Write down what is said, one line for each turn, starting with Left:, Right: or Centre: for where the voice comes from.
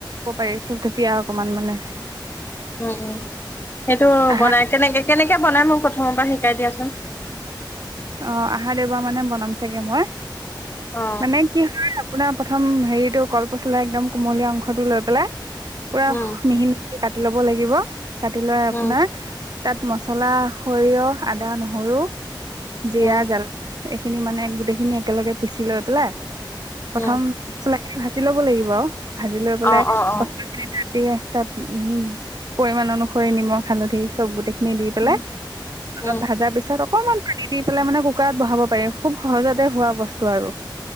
Right: ক'ব পাৰি চব থতিয়া অকমান মানে
Left: উম উম। সেইটো
Right: আহা
Left: বনাইছে নেকে কেনেকে বনাই মোক প্ৰথমৰ পৰা শিকাই দিয়াচোন।
Right: অ আহা দেওবাৰ মানে বনাম চাগে মই।
Left: অ।
Right: মানে কি হয় আপোনাৰ প্ৰথম হেৰিটো কলপচলা একদম কুমলীয়া অংশটো লৈ পেলাই পুৰা
Left: উম
Right: মিহি মিহি কাট ল'ব লাগিব। কাটি লৈ আপোনাৰ
Left: উম
Right: তাত মছলা, সৰিয়হ, আদা, নহৰু জিয়া
Left: উম
Right: জাল এইখিনি মানে গোটেইখিনি একেলগে পিচি লৈ পেলাই প্ৰথম
Left: উম
Right: চে ভাজি ল'ব লাগিব আৰু। ভাজি লৈ পেলাই
Left: অ অ অ
Right: পচল খিনি তাত এযাত তাত উম পৰিমণ অনুসৰি নিমখ হালধি চব গোটেই দি পেলাই
Left: উম
Right: অলপ
Left: উম
Right: ভাজা পিছত অকনমান পানী দি পেলাই মানে কুকাৰত বহাব পাৰি খুব সহজতে হোৱা বস্তু আৰু